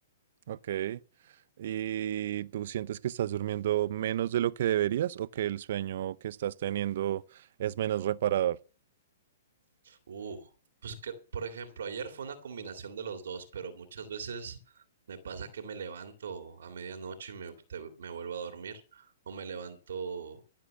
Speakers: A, on the right (about 60°); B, on the right (about 75°).
A: Ok. ¿Y tú sientes que estás durmiendo menos de lo que deberías o que el sueño que estás teniendo es menos reparador?
B: Uh, pues que, por ejemplo, ayer fue una combinación de los dos, pero muchas veces me pasa que me levanto a medianoche y me, te- me vuelvo a dormir, o me levanto